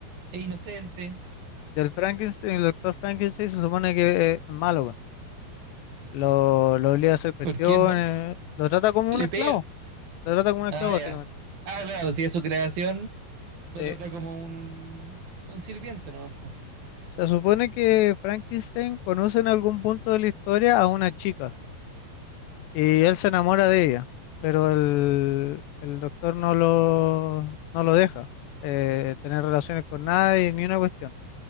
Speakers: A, on the right (about 55°); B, on the left (about 80°).
A: Es inocente.
B: del Frankenstein, el doctor Frankenstein se supone que es malo con él. Lo, lo obliga a hacer cuestiones,
A: ¿Por qué? ¿Vale?
B: lo trata como
A: Le
B: un esclavo,
A: pega.
B: lo trata como un esclavo
A: Ah,
B: básicamente.
A: ya. Ah, claro, si es su creación. Lo
B: Eh,
A: trata como un, un sirviente, ¿no? Po.
B: se supone que Frankenstein conoce en algún punto de la historia a una chica Y él se enamora de ella, pero el, el doctor no lo, no lo deja eh, tener relaciones con nadie ni una cuestión,